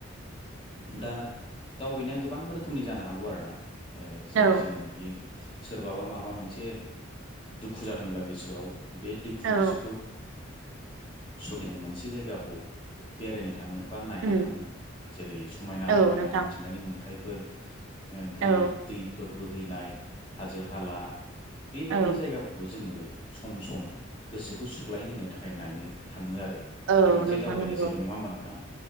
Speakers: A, on the left; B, on the right.
A: दा दावबायनाया गोबां रोखोमनि जानो हागौ आरो ना। जेरै
B: औ
A: जोङो नुयो सोरबाबा माबा मोनसे दुखु जादोंब्ला गोसोआव बे दुखु
B: औ
A: गोसोखौ सनो मोनसे जायगाखौ बेरायनो थाङो बा नायनो
B: उम
A: थाङो जेरै समायना
B: औ
A: रमायना
B: नोंथां
A: मिथिंगानि नुथाय फोर
B: औ
A: दै दैफोर बोहैनाय हाजो हाला बेबायदि
B: औ
A: जायगाफोरखौ जोङो सम सम गोसोखौ सुग्लाय होनोनो थाखाय नायनो थाङो आरो
B: औ
A: बे मोनसे
B: नोंथां
A: दावबायनाय
B: नंगौ
A: जाबाय नङा होमबा नोंथां।